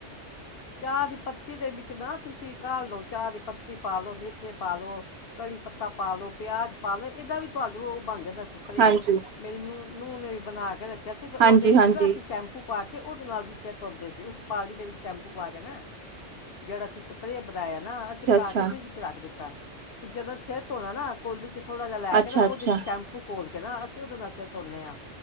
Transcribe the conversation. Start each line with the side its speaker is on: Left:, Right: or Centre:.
Left: ਚਾਹ ਦੀ ਪੱਤੀ ਦੇ ਵਿੱਚ ਨਾ ਤੁਸੀਂ ਘਾਲ ਲੋ, ਚਾਹ ਦੀ ਪੱਤੀ ਪਾਾਲੋ ਵਿੱਚ ਪਾਾਲੋ। ਕੜੀ ਪੱਤਾ ਪਾ ਲੋੋ, ਪਿਆਜ ਪਾ ਲੋ ਜਿੱਦਾਂ ਵੀ ਪਾ ਲਾਉ, ਉਹ ਬਣ ਜਾਂਦਾ ਸਪਰੇ,
Right: ਹਾਂਜੀ
Left: ਮੈਨੂੰ ਨੂੰਹ ਨੇ ਵੀ ਬਣਾ ਕੇ ਕਿ ਅਸੀਂ ਉਹਦੇ
Right: ਹਾਂਜੀ
Left: ਵਿੱਚ
Right: ਹਾਂਜੀ
Left: ਨਾ ਅਸੀਂ ਸ਼ੈਂਪੂ ਪਾ ਕੇ ਓਹਦੇ ਨਾਲ ਸਿਰ ਧੋਂਦੇ ਸੀ, ਉਸ ਪਾਣੀ ਦੇ ਵਿੱਚ ਸ਼ੈਂਪੂ ਪਾ ਕੇ ਨਾ ਜਿਹੜਾ ਅਸੀ ਸਪਰੇ ਬਣਾਇਆ ਨਾ ਅਸੀਂ ਬਣਾ
Right: ਅੱਛਾ
Left: ਕੇ ਫਰਿੱਜ ਚ ਰੱਖ ਦਿੱਤਾ। ਜਦੋਂ ਸਿਰ ਧੋਣਾ ਨਾ ਕੋਲੀ ਚ ਥੋੜਾ ਜਿਹਾ ਲੈ
Right: ਅੱਛਾ
Left: ਕੇ ਨਾ ਉਹਦੇ
Right: ਅੱਛਾ ਅੱਛਾ
Left: ਚ ਸ਼ੈਂਪੂ ਘੋਲ ਹਾਂ, ਅਸੀਂ ਓਹਦੇ ਨਾਲ ਸਿਰ ਧੋਨੇ ਹਾਂ